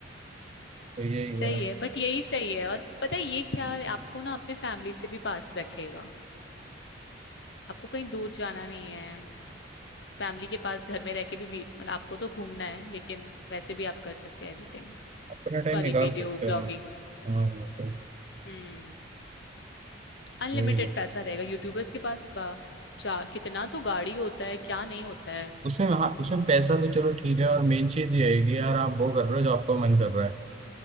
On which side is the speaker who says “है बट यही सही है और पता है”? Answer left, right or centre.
Left